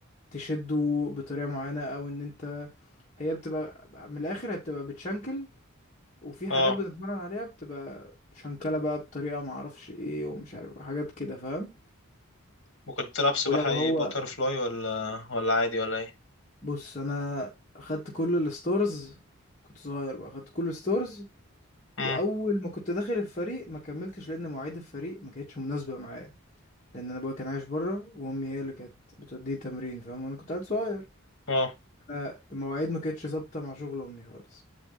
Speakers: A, on the left; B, on the left.
A: تشده بطريقة معينة او ان انت هي بتبقى من الاخر هي بتبقى بتشنكل وفي حاجات
B: اه
A: بنتمرن عليها بتبقى شنكلة بقى بطريقة معرفش ايه ومش عارف حاجات كده فاهم
B: ممكن بتلعب سباحة
A: ولو
B: ايه
A: هو
B: باتر فلاي ولا ولا عادي ولا ايه
A: بص انا خدت كل الستورز كنت صغير بقى خدت كل الستورز
B: امم
A: واول ما كنت داخل الفريق ما كملتش لان مواعيد الفريق ما كانتش مناسبة معايا لان انا ابويا كان عايش بره وامي هي اللي كانت بتوديه تمرين فاهم وانا كنت عيل صغير
B: اه
A: أنا المواعيد ما كانتش ظابطة مع شغل أمي خالص